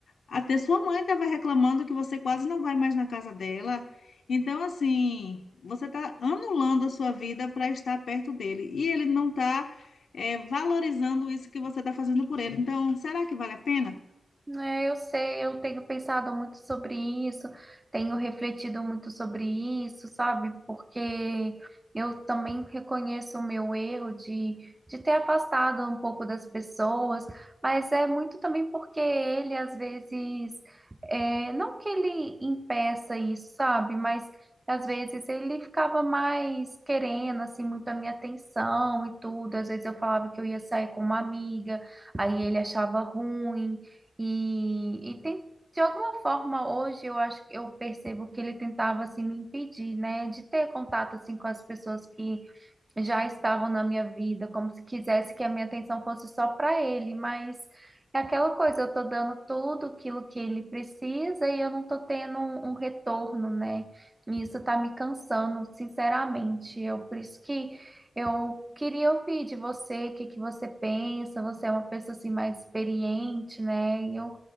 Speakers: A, on the left; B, on the right.
A: Até sua mãe estava reclamando que você quase não vai mais na casa dela. Então, assim, você está anulando a sua vida para estar perto dele. E ele não está, valorizando isso que você está fazendo por ele. Então, será que vale a pena?
B: É, eu sei, eu tenho pensado muito sobre isso, tenho refletido muito sobre isso, sabe? Porque eu também reconheço o meu erro de, de ter afastado um pouco das pessoas, mas é muito também porque ele, às vezes, é, não que ele impeça isso, sabe? Mas às vezes ele ficava mais querendo, assim, muito a minha atenção e tudo. Às vezes eu falava que eu ia sair com uma amiga, aí ele achava ruim. E, e tem, de alguma forma, hoje eu acho que eu percebo que ele tentava assim me impedir, né, de ter contato assim com as pessoas que já estavam na minha vida, como se quisesse que a minha atenção fosse só para ele, mas é aquela coisa, eu tô dando tudo aquilo que ele precisa e eu não tô tendo um, um retorno, né? E isso tá me cansando, sinceramente. Eu por isso que eu queria ouvir de você, o que que você pensa? Você é uma pessoa assim mais experiente, né? E eu,